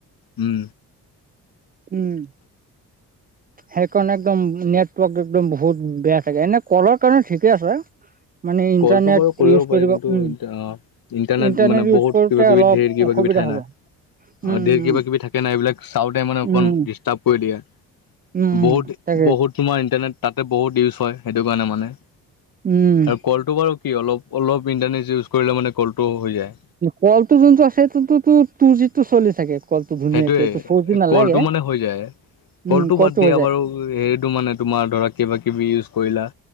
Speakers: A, on the left; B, on the right.
A: উম
B: উম সেইকাৰণে একদম নেটৱৰ্ক একদম বহুত বেয়া থাকে এনে কলৰ কাৰণে ঠিকে আছে মানে ইণ্টাৰনেট
A: কলটো বাৰু
B: ইউজ
A: পাৰি
B: কৰিব
A: কিন্তু
B: উম
A: অ'
B: ইণ্টাৰনেট
A: মানে
B: ইউজ
A: বহুত
B: কৰোঁতে
A: কিবা কিবি
B: অলপ
A: ধেৰ কিবা
B: অসুবিধা
A: কিবি থাকে
B: হব
A: না
B: উম উম
A: অ দেৰ কিবা কিবি থাকে নাই এইবিলাক চাওঁতে মানে অকণ
B: উম
A: ডিচ টাপ কৰি দিয়ে‌।
B: উম উম
A: বহুত
B: তাকে
A: বহুত তোমাৰ ইণ্টাৰনেট তাতে বহুত ইউজ হয় সেইটো কাৰণে মানে
B: উম
A: কলটো বাৰু কি অলপ অলপ ইণ্টাৰনেট ইউজ কৰিলে মানে কলটো হৈ যায়
B: কলটো যোনটো আছে টু টু জি টো চলি থাকে কলটো ধুনীয়াকে
A: সেইটোয়ে
B: ত ফ'ৰ জি নালাগে
A: কলটো মানে হৈ যায়
B: উম
A: কলটো বাদ দিয়া
B: হৈ যায়
A: বাৰু আকৌ হেৰিটো মানে তোমাৰ ধৰা কিবা কিবি ইউজ কৰিলা।